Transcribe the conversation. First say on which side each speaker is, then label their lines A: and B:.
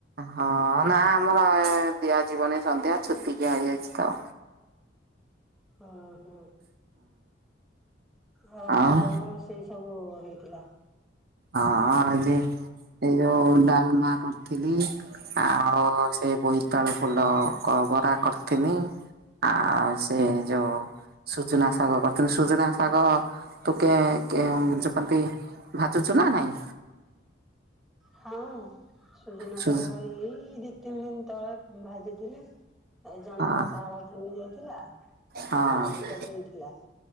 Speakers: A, on the right; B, in the centre.
A: ହଁ- ନାଁ ଆମର ଏ ଦିଆଯିବନି ସନ୍ଧ୍ୟା, ଛୁତିକିଆ ହେଇଯାଇଛି ତ।
B: ଓ ହୋ। ହଁ ଆଜି
A: ଆଉ
B: କଣ ରୋଷଇ ସବୁ ହେଇଥିଲା?
A: ହଁ ଏ ଯୋଉ, ଏ ଯୋଉ ଡାଲମା କରିଥିଲି। ଆଉ ସେ ବୋଇତାଳୁ ଫୁଲ କ ବରା କରିିଥିନି। ଆଉ ସେ ଯୋଉ ସୁଜନା ଶାଗ କରିଥିଲି, ସୁଜନା ଶାଗ ତୁ କେ କେ ଯୋଉ କନ୍ତି <unintelligible> ନା ନାଇଁ।
B: ହୁଁ ସୁଜୁନା
A: ସୁ
B: ଶାଗ ଏଇ ଦି ତିନି ଦିନ ତଳେ ଭାଜିଥିଲି। ଆଉ ଜଣଙ୍କର
A: ହଁ
B: ଡାଳ ଭାଙ୍ଗି ଯାଇଥିଲା,
A: ହଁ
B: ଆଣିକି ଦିଟା ଦେଇଥିଲା।